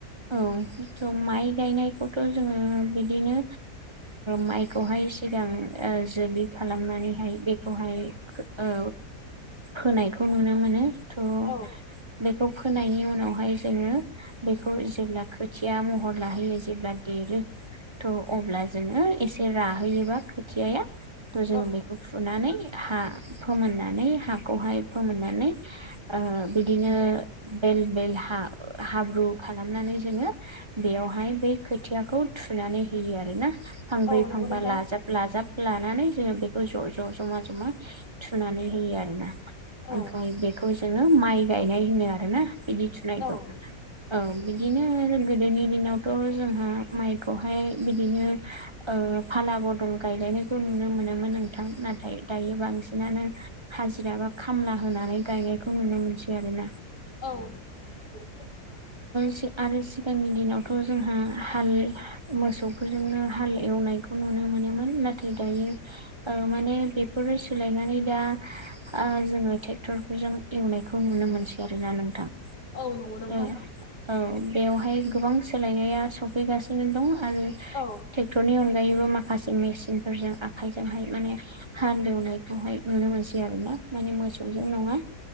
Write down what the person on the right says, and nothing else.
औ थ' माइ गायनायखौथ' जोङो बिदिनो माइखौहाय सिगां जोलि खालामनानैहाय बेखौहाय खो औ फोनायखौ नुनो मोनो थ'
बेखौ फोनायनि उनावहाय जोङो बे खौ जेब्ला खोथिया महर लाहैयो जेब्ला देरो थ' अब्ला जोङो एसे राहोयोबा खोथियाया थ'
जोङो बेखौ फुनानै हा फोमोननानै हाखौहाय फोमोननानै ओ बिदिनो बेल बेल हा हाब्रु खालामनानै जोङो बेयावहाय बै खोथियाखौ थुनानै होयो आरोना। फांब्रै
फांबा
लाजाब लाजाब लानानै जोङो बेखौ ज' ज' ज'मा जमा थुनानै होयो आरोना ओमफ्राय
बेखौ जोङो माइ गायनाय होनो आरो ना बिदि थुनायखौ
औ बिदिनो गोदोनि दिनावथ' जोंहा माइखौहाय बिदिनो ओ फाला बदल गायलायनायखौ नुनो मोनोमोन नोंथां नाथाय दायो बांसिनानो हाजिरा बा खामला होनानै गायनायखौ नुनो मोनसै आरोना।
थ आरो सिगांनि दिनावथ' जोंहा हाल मोसौफोरजोंनो हाल एवनायखौ नुनो मोनोमोन नाथाय दायो ओ माने बेफोरो सोलायनानै दा ओ जोङो टेक्ट'रफोरजों एवनायखौ नुनो मोनसै आरोना नोंथां।
ओ औ बेवहाय गोबां सोलायनाया सफैगासिनो दं आरो
टेक्टरनि अनगायैबो माखासे मेसिनफोरजों आखायजोंहाय माने हाल एवनायखौहाय नुनो मोनसै आरो ना माने मोसौजों नङा।